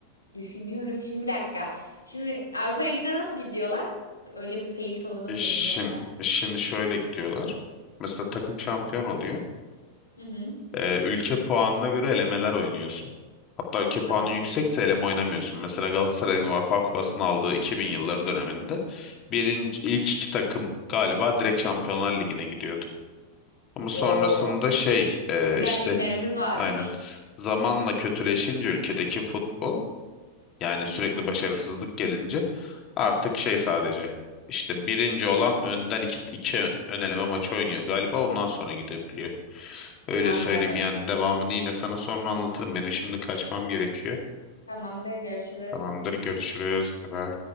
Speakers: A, on the left (about 80°); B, on the left (about 35°).
A: Düşünüyorum. Şimdi bir dakika. Şimdi Avrupa Ligi'ne nasıl gidiyorlar? Öyle bir fail soru da sorayım
B: Şimdi,
A: gene de.
B: şimdi şöyle gidiyorlar. Mesela takım şampiyon oluyor.
A: Hı hı.
B: Ee, ülke puanına göre elemeler oynuyorsun. Hatta ülke
A: Tamam.
B: puanın yüksekse eleme oynamıyorsun. Mesela Galatasaray'ın UEFA Kupası'nı aldığı 2000 yılları döneminde birinci, ilk iki takım galiba direkt Şampiyonlar Ligi'ne gidiyordu. Ama sonrasında
A: Oo.
B: şey e,
A: Güzel
B: işte
A: günlerimiz varmış.
B: aynen zamanla kötüleşince ülkedeki futbol yani sürekli başarısızlık gelince artık şey sadece işte birinci olan önden iki, iki ön eleme maçı oynuyor galiba ondan sonra gidebiliyor. Öyle
A: Anladım.
B: söyleyeyim yani devamını yine sana sonra anlatırım. Benim şimdi kaçmam gerekiyor.
A: Tamamdır, görüşürüz.
B: Tamamdır görüşürüz. Bye bye.